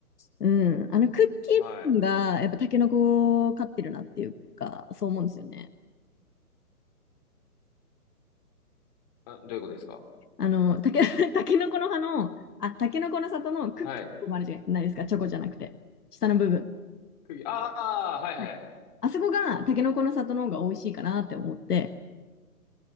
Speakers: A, on the left; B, on the left.
A: うん、あのクッキー部分がやっぱタケノコを飼ってるなっていうか、
B: <laughs> はい。
A: そう思うんですよね。
B: あ、どういうことですか
A: あの、たけ、<laughs> たけのこの葉の、あ、たけのこの里のクッキーもあるじゃないですか、
B: はい。
A: チョコじゃなくて、下の部分。は
B: 釘、ああ、はいはいはいはい。
A: いあそこがたけのこの里の方が美味しいかなって思って、